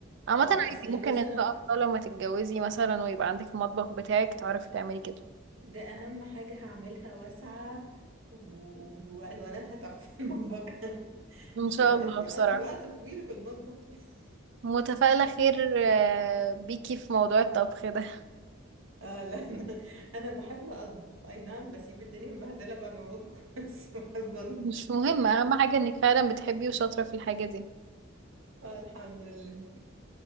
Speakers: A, on the right (about 65°); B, on the right (about 85°).
A: عامة
B: اه
A: عادي
B: اصل
A: ممكن
B: مثلا
A: ان شاء الله لما تتجوزي مثلا ويبقى عندك المطبخ بتاعك تعرفي تعملي كده
B: ده اهم حاجة هعملها واسعة و- والواناتها تحفة في المطبخ <laughs>
A: ان
B: اصل
A: شاء
B: الواحد
A: الله
B: بيقضي
A: بصراحة
B: وقت طويل في المطبخ <laughs>
A: متفائلة خير آه، بيكي في موضوع الطبخ ده
B: اه لا انا انا بحب اطبخ اي نعم بسيب الدنيا مبهدلة بعد ما بطبخ <laughs> بس بحب اطبخ
A: مش مهم اهم حاجة انك فعلا بتحبي وشاطرة في الحاجة دي
B: آه الحمد لله